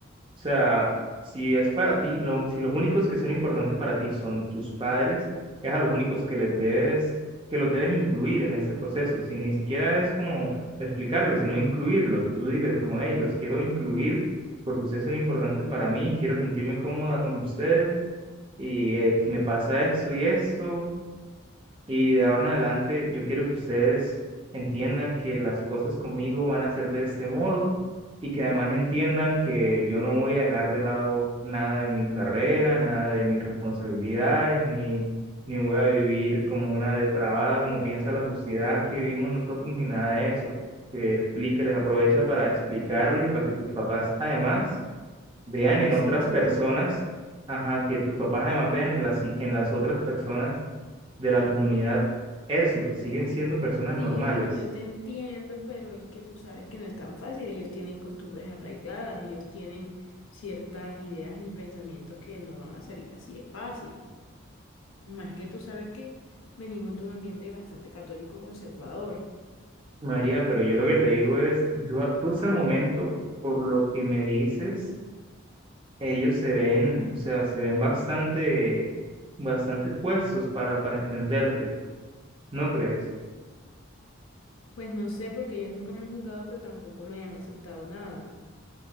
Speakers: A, on the right; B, on the left.
A: O sea, si es para ti, lo- si los únicos que son importantes para ti son tus padres, es a los únicos que les debes, que los debes incluir en ese proceso. Si ni siquiera es como explicarles, sino incluirlo. Tú diles como, hey, los quiero incluir porque ustedes son importantes para mí, quiero sentirme cómoda con ustedes y eh, me pasa esto y esto. Y de ahora en adelante, yo quiero que ustedes entiendan que las cosas conmigo van a ser de este modo y que además entiendan que yo no voy a dejar de lado nada de mi carrera, nada de mis responsabilidades, ni, ni voy a vivir como una depravada, como piensa la sociedad que vivimos nosotros, ni nada de eso. Que explique, les aprovecha para explicarles y para que tus papás además vean
B: Bueno,
A: en
B: sí,
A: otras
B: o sea,
A: personas, ajá, que tus papás además vean en las, en las otras personas de la comunidad eso, que siguen siendo personas
B: sí,
A: normales.
B: yo te entiendo, pero es que tú sabes que no es tan fácil, ellos tienen costumbres arraigadas, ellos tienen ciertas ideas y pensamientos que no van a salir así de fácil. Más que tú sabes que venimos de un ambiente bastante católico conservador.
A: María, pero yo lo que te digo es, yo, a- tú hasta el momento, por lo que me dices, ellos se ven, o sea, se ven bastante, bastante puestos para, para entenderte, ¿no crees?
B: Pues no sé, porque ellos nunca me han juzgado, pero tampoco me han aceptado nada.